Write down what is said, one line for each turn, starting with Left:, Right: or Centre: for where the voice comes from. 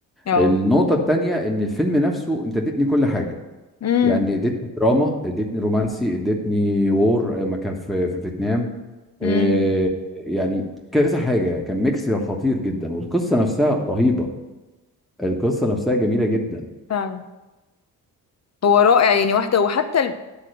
Left: اه
Centre: النقطة التانية إن الفيلم نفسه أنت اديتني كل حاجة
Left: امم
Centre: يعني اديتني دراما اديتني رومانسي اديتني وور آه، ما كان في في فيتنام
Left: امم
Centre: آه يعني كذا حاجة كان ميكس خطير جدا والقصة نفسها رهيبة القصة نفسها جميلة جدا
Left: فعلا هو رائع يعني واحدة وحتى ال-